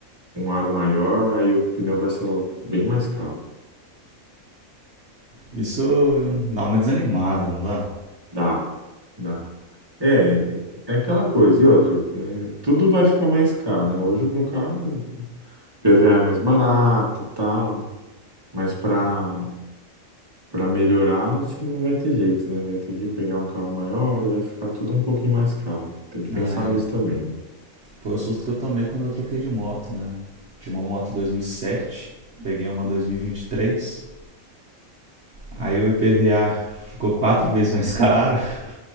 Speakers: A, on the right (about 15°); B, on the right (about 55°).
A: um aro maior, aí o pneu vai ser bem mais caro.
B: Isso dá uma desanimada, não dá?
A: Dá, dá. É, é aquela coisa. E outra, né? Tudo vai ficar mais caro, né? Hoje o meu carro, o PVA é mais barato, tal, mas para para melhorar, você não vai ter jeito, né? Vai ter que pegar um carro maior e vai ficar tudo um pouquinho mais caro. Tem que pensar
B: Ah, é.
A: nisso também,
B: Foi o susto que eu tomei quando eu troquei de moto, né? Tinha uma moto 2007, peguei uma 2023. Aí o IPVA ficou quatro vezes mais caro. <laughs>